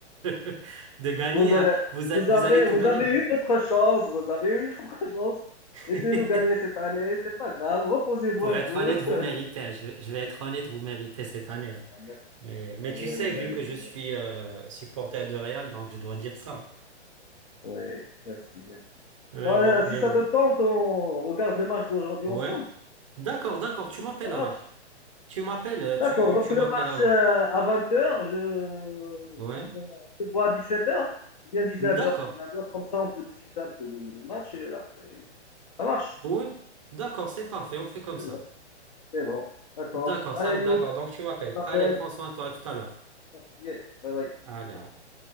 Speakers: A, on the right; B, on the left.
A: <laughs> De gagner,
B: Vous aurez-
A: hein. Vous allez,
B: vous
A: vous
B: avez,
A: allez tout
B: vous
A: gagner,
B: avez
A: vous.
B: eu votre chance, vous avez eu <laughs> votre chance.
A: <laughs>
B: Laissez-nous gagner cette année, c'est pas grave, reposez-vous
A: Pour
B: un
A: être
B: peu.
A: honnête, vous
B: <laughs>
A: méritez. hein. Je vais, je vais être honnête, vous méritez cette année. hein.
B: Ah, Merci.
A: Mais, mais
B: Ah
A: tu
B: oui,
A: sais,
B: on mérite,
A: vu que je
B: on
A: suis
B: mérite.
A: euh, supporter de Real, donc je dois dire ça.
B: Oui, merci, merci.
A: Mais
B: Voilà,
A: bon,
B: si
A: mais
B: ça
A: bon.
B: te tente, on regarde le match d'aujourd'hui
A: Ouais.
B: ensemble.
A: D'accord, d'accord. Tu m'appelles
B: Ça marche?
A: alors. Tu m'appelles, euh, tu,
B: D'accord, donc
A: tu
B: le
A: m'appelles
B: match
A: avant.
B: euh, à vingt heures, je... on
A: Ouais.
B: se voit à 17h ou bien dix-neuf
A: D'accord.
B: heures, dix-neuf heures comme ça on peut discuter un peu de, de match et après, ça marche.
A: Oui. D'accord, c'est parfait. On fait comme
B: C'est
A: ça.
B: bon, c'est bon. D'accord.
A: D'accord,
B: Allez,
A: ça,
B: You.
A: d'accord. Donc tu m'appelles.
B: t'appelle.
A: Allez, prends soin de toi. À tout à l'heure.
B: Merci. Bye bye.
A: Allez, au revoir.